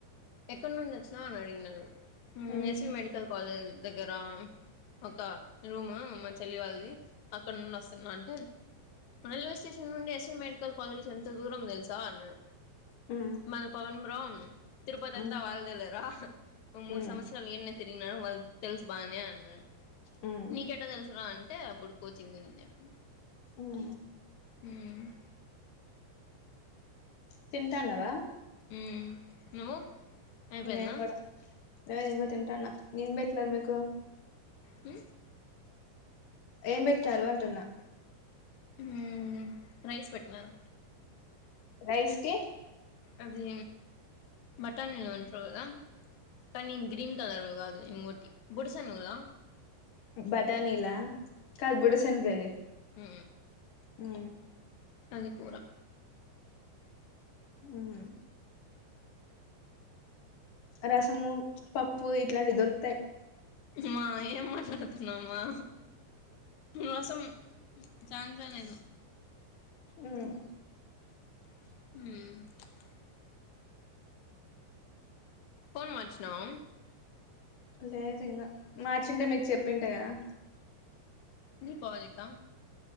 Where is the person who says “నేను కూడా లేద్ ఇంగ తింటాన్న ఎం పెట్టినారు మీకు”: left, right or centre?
Left